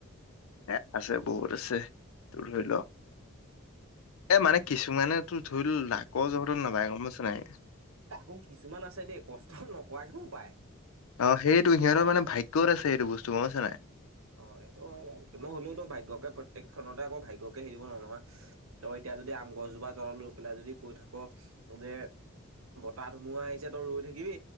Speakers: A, on the left (about 75°); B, on the right (about 70°).
A: এ আছে বহুত আছে তোৰ ধৰি ল। এ মানে কিছুমানে তোৰ ধৰি ল লাকৰ জহটো নাপায় গম পাইছ নাই।
B: তাকো কিছুমান আছে দেই, কষ্ট নকৰাকেও পায়।
A: অ, সেইটো সিহঁতৰ মানে ভাগ্যত আছে সেইটো বস্তু, গম পাইছ নে নাই।
B: অ, এইটো হয় বাৰু, নহলেওতো ভাগ্যয়কে প্ৰত্যেকখনতে আকৌ ভাগ্যয়কে হেৰিব নোৱাৰোঁ নহয়। তই এতিয়া যদি আম গছজোপা তলত লৈ পেলাই যদি কৈ থাক যে, বতাহ ধুমুহা আহিছে তই ৰৈ থাকিবি?